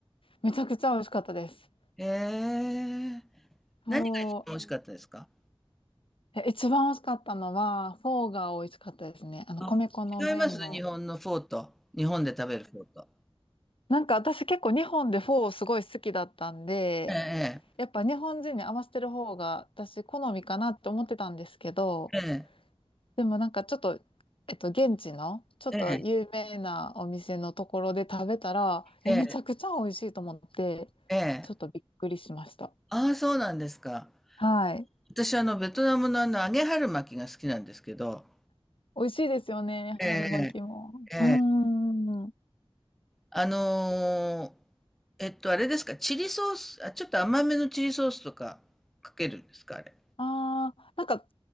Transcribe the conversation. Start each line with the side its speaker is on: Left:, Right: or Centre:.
Left: めちゃくちゃ美味しかったです。
Centre: へえ。
Left: そう。
Centre: 何が一番美味しかったですか
Left: え一番美味しかったのは、フォーが美味しかったですね。あの、
Centre: あ、
Left: 米粉の麺の。
Centre: 違います日本のフォーと。日本で食べるフォーと。
Left: なんか私結構日本でフォーすごい好きだったんで、
Centre: ええ、
Left: やっぱ日本人に合わせてる方が私好みかなって思ってたんですけど、
Centre: ええ、
Left: でもなんかちょっと、えっと、現地のちょっと有名なお店のところで食べたら、
Centre: ええ、
Left: え、
Centre: ええ、
Left: めちゃくちゃ美味しいと思って、
Centre: ええ。
Left: ちょっとびっくりしました。
Centre: ああ、そうなんですか。
Left: はい。
Centre: 私、あの、ベトナムのあの、揚げ春巻きが好きなんですけど。
Left: 美味しいですよね、
Centre: ええ、
Left: 春巻きも。
Centre: ええ。
Left: うーん。
Centre: あのーえっと、あれですか、チリソース、あ、ちょっと甘めのチリソースとかかけるんですか、あれ。
Left: ああ、なんか、